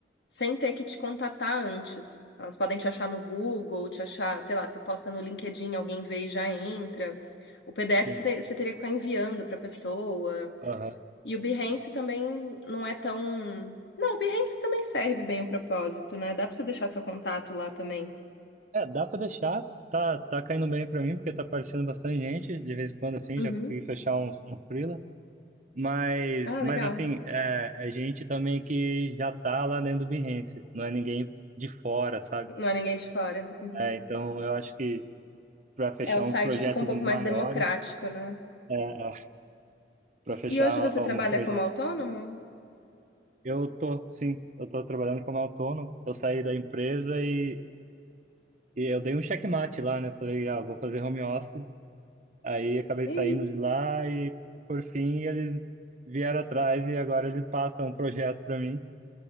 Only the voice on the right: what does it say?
sim,
aham.
É, dá pra deixar, tá, tá caindo bem pra mim, porque tá aparecendo bastante gente, de vez em quando assim,
já consegui fechar uns, uns freela. Mas,
mas
assim, é, é gente também que já tá lá dentro do Behance, não é ninguém de fora, sabe?
É, então eu acho que para fechar
uns projetos
maiores,
é, é, para fechar
alguns projetos,
eu tô, sim, eu tô trabalhando como autônomo. Eu saí da empresa e, e eu dei um checkmate lá, né? eu Falei, ah, vou fazer home office. Aí acabei
saindo de lá e por fim eles vieram atrás e agora eles passam um projeto para mim